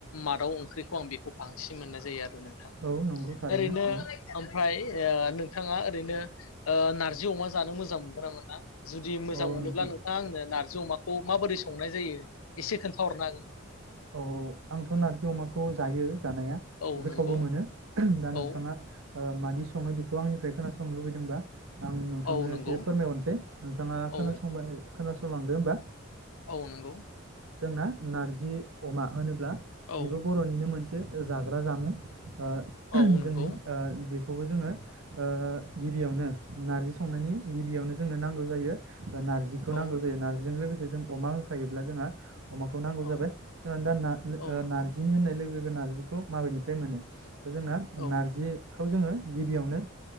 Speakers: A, on the left (about 85°); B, on the right (about 80°).
A: मादाव ओंख्रिखौ आं बेखौ बांसिन मोननाय जायो आरो नोंथां
B: औ नंगौ थारैनो
A: ओरैनो
B: औ
A: ओमफ्राय ए नोंथाङा ओरैनो नारजि अमा जानो मोजां मोनगोन ना मोना? जुदि मोजां
B: औ
A: मोनोब्ला
B: नोंथां
A: नोंथाङा आंनो नारज अमाखौ अ माबोरै संनाय जायो एसे खोन्थाहरनो हागोन
B: औ औ आंथ' नारजि अमाखौ जायो। जानाया
A: औ
B: गोथावबो
A: नंगौ
B: मोनो दा नोंथाङा
A: औ
B: ओ मादि सङो बेखौ आंनिफ्राय खोनासंनो लुबैदोंबा आं नोंथांनो
A: औ नंगौ
B: एसे फोरमायहरनोसै नोंथाङा खोनासंबाय
A: औ
B: खोनासंलांदो होनोमबा
A: औ नंगौ
B: जोंना नारजि अमा होनो ब्ला
A: औ
B: बेबो बर'निनो मोनसे जाग्रा जामुं, ओ
A: औ नंगौ
B: जोंनि ओ बे बेखौबो जोङो ओ गिबियावनो नारजि संनायनि गिबियावनो जोंनो नांगौ जायो नारजिखौ
A: औ
B: नांगौ जायो नारजिजों लोगोसे जों अमा होफायोब्ला जोंहा, अमाखौ नांगौ
A: औ
B: जाबाय जोंना दा
A: औ नंगौ
B: नारजिनि होननाय लोगो नारजिखौ माबेनिफ्राय मोनो दा जोंना
A: औ
B: नारजि खौ जोङो गिबियावनो